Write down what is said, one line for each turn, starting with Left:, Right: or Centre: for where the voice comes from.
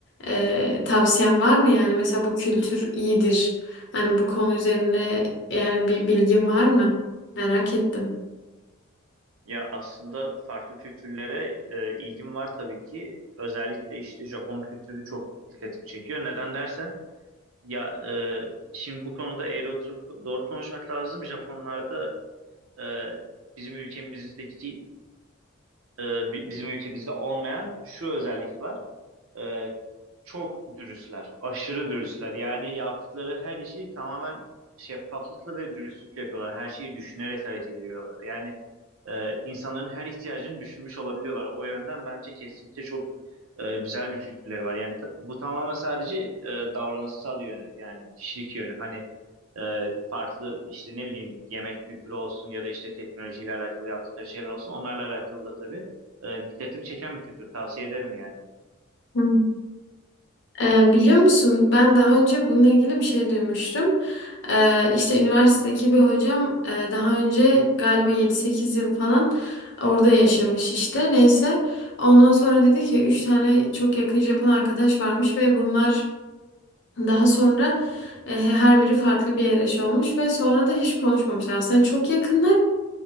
Left: e, tavsiyen var mı? Yani mesela bu kültür iyidir. Yani bu konu üzerine yani bir bilgin var mı? Merak ettim.
Right: Ya aslında farklı kültürlere e, ilgim var tabii ki. Özellikle işte Japon kültürü çok dikkatimi çekiyor. Neden dersen ya e, şimdi bu konuda eğri oturup doğru konuşmak lazım. Japonlarda e, bizim ülkemizdeki e, bi- bizim ülkemizde olmayan şu özellik var. E, çok dürüstler, aşırı dürüstler. Yani yaptıkları her işi tamamen şeffaflıkla ve dürüstlükle yapıyorlar. Her şeyi düşünerek hareket ediyorlar. Yani e, insanların her ihtiyacını düşünmüş olabiliyorlar. O yönden bence kesinlikle çok e, güzel bir kültürleri var. Yani ta- bu tamamen sadece e, davranışsal yönü, yani kişilik yönü. Hani e, farklı işte ne bileyim yemek kültürü olsun ya da işte teknolojiyle alakalı yaptıkları şeyler olsun. Onlarla alakalı da tabii e, dikkatimi çeken bir kültür. Tavsiye ederim yani.
Left: Hı. Ee, biliyor musun ben daha önce bununla ilgili bir şey duymuştum. Ee, işte üniversitedeki bir hocam e, daha önce galiba yedi sekiz yıl falan orada yaşamış işte. Neyse ondan sonra dedi ki 3 tane çok yakın Japon arkadaş varmış ve bunlar daha sonra e, her biri farklı bir yere şey olmuş ve sonra da hiç konuşmamışlar. Aslında çok yakınlar.